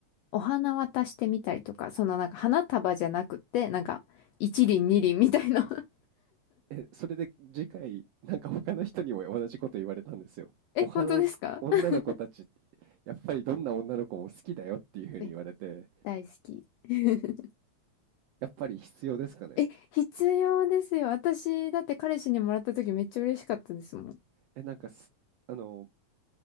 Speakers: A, on the left (about 80°); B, on the right (about 75°).
A: お花渡してみたりとか、そのなんか花束じゃなくて、なんか、一輪二輪みたいな。<laughs>
B: え、それで次回、なんか他の人にも同じこと言われたんですよ。
A: え、
B: お花、
A: 本当ですか
B: 女の子たち、
A: <laughs>
B: やっぱりどんな女の子も好きだよっていうふうに言われて、
A: え、大好き。<laughs>
B: やっぱり必要ですかね。
A: え、必要ですよ。私、だって彼氏にもらった時めっちゃ嬉しかったですもん。
B: え、なんかす、あの、